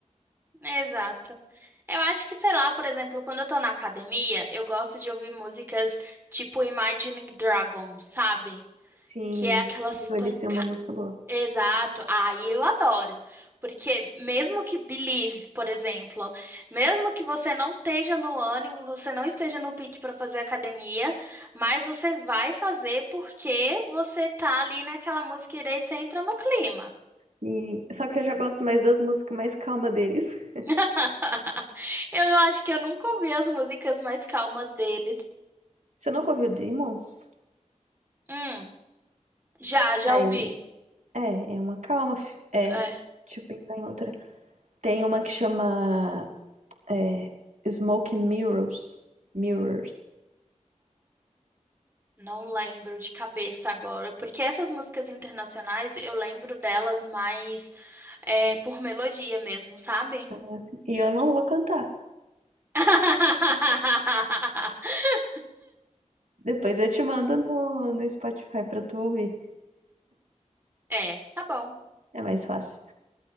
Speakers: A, on the right; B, on the right.
A: <laughs> Exato. Eu acho que, sei lá, por exemplo, quando eu tô na academia, eu gosto de ouvir músicas tipo Imagine Dragons, sabe?
B: Sim,
A: Que é aquelas pancadas.
B: eles têm uma música boa.
A: Exato, aí eu adoro, porque mesmo que Believe, por exemplo, mesmo que você não esteja no ânimo, você não esteja no pique para fazer academia, mas você vai fazer porque você tá ali naquela música e daí você entra no clima.
B: Sim, só que eu já gosto mais das músicas mais calmas deles. <laughs>
A: <laughs> Eu acho que eu nunca ouvi as músicas mais calmas deles.
B: Você nunca ouviu Demons?
A: Hum, já, já
B: Ai,
A: ouvi.
B: é, é uma calma. fi- É,
A: É.
B: deixa eu pensar em outra. Tem uma que chama é, Smoke and Mirrors. Mirrors.
A: Não lembro de cabeça agora, porque essas músicas internacionais eu lembro delas mais é, por melodia mesmo, sabe?
B: É assim. E eu não vou cantar.
A: <laughs>
B: Depois eu te mando no, no Spotify pra tu ouvir.
A: É, tá bom.
B: É mais fácil.